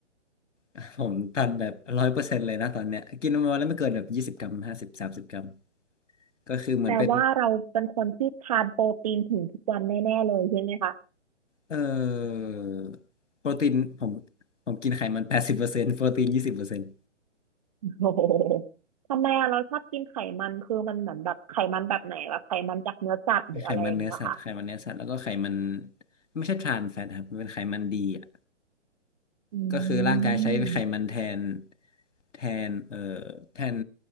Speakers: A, on the left; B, on the right.
A: <laughs> ผมตันแบบร้อยเปอร์เซ็นต์เลยนะตอนเนี้ยกินประมาณแล้วไม่เกินแบบยี่สิบกรัมห้าสิบสามสิบกรัมก็คือเหมือนเป็น
B: แปลว่าเราเป็นคนที่ทานโปรตีนถึงทุกวันแน่ๆเลยใช่ไหมคะ
A: เอ่อโปรตีนผมผมกินไขมันแปดสิบเปอร์เซ็นต์โปรตีนยี่สิบเปอร์เซ็นต์
B: โอ้โห <laughs> ทำไมอะเราชอบกินไขมันคือมันเหมือนแบบไขมันแบบไหนแบบไขมันจากเนื้อสัตว์หรืออะไรอย่างเงี้ยเหรอค่ะ
A: ไขมันเนื้อสัตว์ไขมันเนื้อสัตว์แล้วก็ไขมันไม่ใช่ทรานแฟตครับมันเป็นไขมันดีอ่ะ
B: อื
A: ก็คือร่างกายใช้ไขมันแทน
B: ม
A: แทนเอ่อแทน